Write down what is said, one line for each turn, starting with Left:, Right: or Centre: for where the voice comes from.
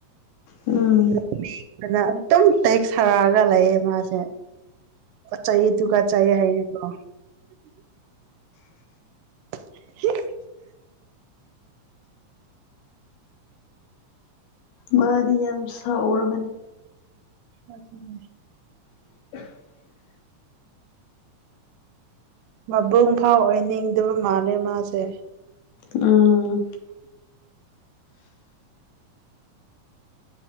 Left: ꯎꯝ
Right: <unintelligible> ꯑꯗꯨꯝ ꯇꯦꯛꯁ ꯊꯥꯔꯛꯑꯒ ꯂꯩꯌꯦ ꯃꯥꯁꯦ ꯆꯩꯗꯨꯒ ꯆꯩ ꯍꯩꯕ꯭ꯔꯣ <unintelligible>
Left: ꯃꯥꯗꯤ ꯌꯥꯝ ꯁꯥꯎꯔꯕꯅꯤ
Right: ꯑꯗꯨ ꯑꯗꯨ
Left: <unintelligible>
Right: ꯃꯕꯨꯡ ꯐꯥꯎ ꯑꯣꯏꯅꯤꯡꯗꯕ ꯃꯥꯜꯂꯂ ꯃꯥꯁꯦ
Left: ꯑꯝ